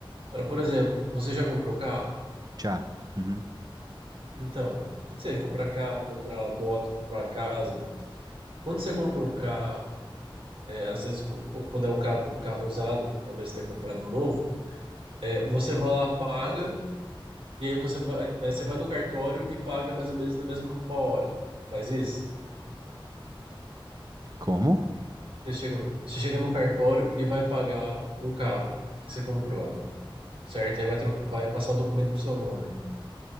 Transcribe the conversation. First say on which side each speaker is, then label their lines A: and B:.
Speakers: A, on the right (about 80°); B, on the right (about 45°).
A: para, por exemplo, você já comprou carro?
B: Tchá. Uhum.
A: Então, o que seja, comprar carro, comprar uma moto, comprar uma casa. Quando você compra um carro, é, às vezes, co- co- quando é um carro, carro usado, talvez você tenha comprado novo, É, você vai lá, paga, e aí você vai, é, você vai no cartório e paga mais ou menos na mesma hora. Não faz isso?
B: Como?
A: Você chega no, você chega no cartório e vai pagar um carro que você comprou, certo? Aí vai, tro- vai passar o documento pro seu nome.